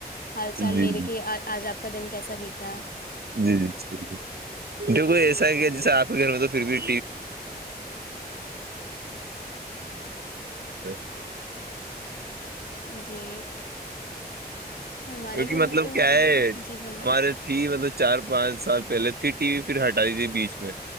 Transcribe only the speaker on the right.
جی
جی
جی جی ج ج جو کوئی ایسا ہے کیا جیسے آپ کے گھر میں تو پھر بھی <inaudible>
کیونکہ
مطلب
کیا ہے
ہماراری تھی مطلب چار پانچ سال پہلے تھی ٹی وی پھر ہٹا دی تھی بیچ پہ